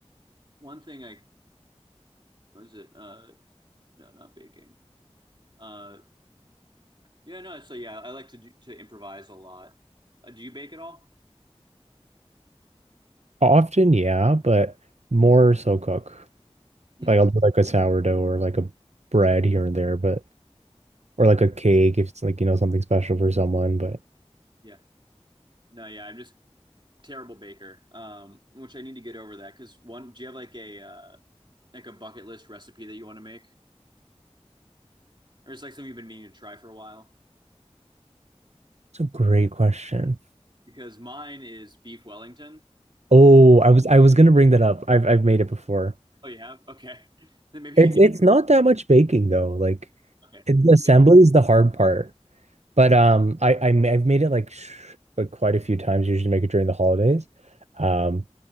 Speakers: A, on the right; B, on the right.
A: one thing I what is it? Uh, no, not baking. Uh, yeah, no. So yeah, I like to do, to improvise a lot. Uh, do you bake at all?
B: Often, yeah, but more so cook.
A: hmm
B: Like I'll do like a sourdough or like a bread here and there, but or like a cake if it's like, you know, something special for someone, but.
A: Yeah. No, yeah. I'm just terrible baker. Um, which I need to get over that. Because one, do you have like a uh, like a bucket list recipe that you want to make, or is like something you've been meaning to try for a while?
B: It's a great question.
A: Because mine is beef Wellington.
B: Oh, I was I was gonna bring that up. I've I've made it before.
A: Oh, you have? Okay. <laughs> Then maybe
B: It's
A: you can get,
B: it's not that much baking though. Like
A: okay.
B: it, the assembly
A: Yeah.
B: is the hard part. But um, I, I ma- I've made it like sh like quite a few times. Usually make it during the holidays. Um,